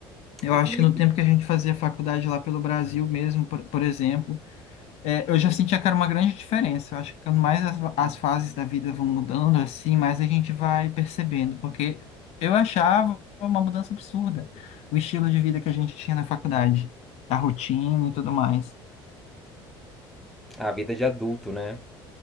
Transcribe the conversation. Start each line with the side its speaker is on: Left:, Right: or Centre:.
Left: Eu
Centre: E
Left: acho
Centre: como
Left: que
Centre: é
Left: no
Centre: que.
Left: tempo que a gente fazia faculdade lá pelo Brasil mesmo, por, por exemplo, é, eu já sentia, cara, uma grande diferença. Eu acho que quando mais as, as fases da vida vão mudando, assim, mais a gente vai percebendo. Porque eu achava uma mudança absurda o estilo de vida que a gente tinha na faculdade, a rotina e tudo mais.
Centre: A vida de adulto, né?